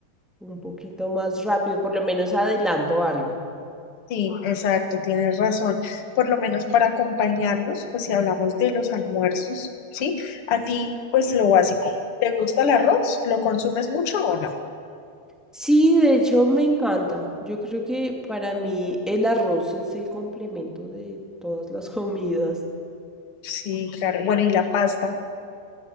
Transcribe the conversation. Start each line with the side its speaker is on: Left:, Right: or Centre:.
Centre: un poquito más rápido, por lo menos adelanto algo.
Left: sí, exacto, tienes razón. Por lo menos para acompañarlos, pues si hablamos de los almuerzos, ¿sí? A ti, pues lo básico. ¿Te gusta el arroz? ¿Lo consumes mucho o no?
Centre: Sí, de hecho me encanta. Yo creo que para mí el arroz es el complemento de todas las <laughs> comidas.
Left: Sí, claro. Bueno, y la pasta,